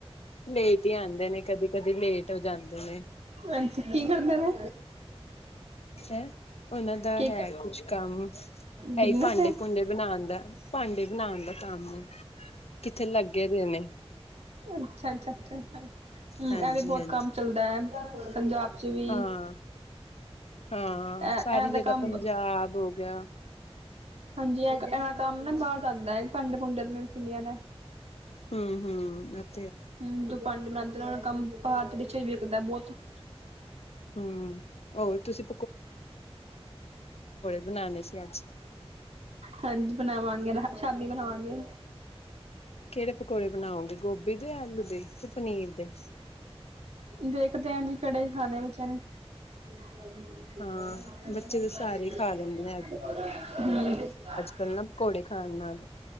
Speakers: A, on the left (about 70°); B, on the right (about 80°).
A: ਲੇਟ ਹੀ ਆਂਦੇ ਨੇ ਕਦੀ ਕਦੀ ਲੇਟ ਹੋ ਜਾਂਦੇ ਨੇ
B: ਅੱਛਾ, ਕੀ ਕਰਦੇ ਨੇ?
A: ਹੈਂ, ਓਨਾਂ ਦਾ
B: ਕੀ
A: ਹੈ ਕੁਛ ਕੰਮ।
B: ਬਿਜਨਸ
A: ਐਈ ਭਾਂਡੇ
B: ਹੈ
A: ਭੂੰਡੇ ਬਨਾਨ ਦਾ, ਭਾਂਡੇ ਬਨਾਨ ਦਾ ਕੰਮ ਏ। ਕਿੱਥੇ ਲੱਗੇ ਦੇ ਨੇ।
B: ਅੱਛਾ-ਅੱਛਾ। <unintelligible>
A: ਹਾਂਜੀ
B: ਐ ਵੀ ਬੋਤ
A: ਹਾਂਜੀ
B: ਕੰਮ ਚੱਲਦਾ ਐ ਪੰਜਾਬ ਚ ਵੀ।
A: ਹਾਂ। ਹਾਂ
B: ਐ-ਐ
A: ਸਾਰੀ ਜਗ੍ਹਾ
B: ਦਾ ਕੰਮ
A: ਪੰਜਾਬ ਹੋ ਗਿਆ
B: ਹਾਂਜੀ ਐ-ਐ ਕੰਮ ਨਾ ਬਾਰ ਜਾਂਦਾ ਐ ਭਾਂਡੇ ਭੁੰਡਿਆਂ ਤੇ ਮੈਂ ਵੀ ਸੁਨੇਆ ਦਾ।
A: ਹੂੰ-ਹੂੰ।
B: ਹੂੰ ਜੋ ਪਾਂਡੇ ਬਨਾਂਦੇ ਨੇ ਓਨਾਂ ਦਾ ਕੰਮ ਭਾਰਤ ਵਿੱਚ ਈ ਵਿਕਦਾ ਬੋਤ। <inaudible>
A: ਹੂੰ। ਹੋਰ ਤੁਸੀਂ ਬਨਾਨੇ ਸੀ ਅੱਜ।
B: ਹਾਂਜੀ ਬਨਾਵਾਂਗੇ ਨਾ ਸ਼ਾਮੀਂ ਬਨਾਵਾਂਗੇ।
A: ਕੇੜੇ ਪਕੌੜੇ ਬਨਾਓਗੇ ਗੋਭੀ ਦੇ ਯਾ ਆਲੂ ਦੇ, ਕੇ ਪਨੀਰ ਦੇ।
B: ਦੇਖਦੇ ਆਂ ਜੀ ਕੇੜੇ ਖਾਨੇ ਬੱਚੇਆਂ ਨੇ। <inaudible>
A: ਹਾਂ ਬੱਚੇ ਤਾਂ ਸਾਰੇ ਹੀ ਖਾ ਲੈਂਦੇ ਕੱਲ ਨਾ ਪਕੌੜੇ ਖਾਨ ਨਾਲ,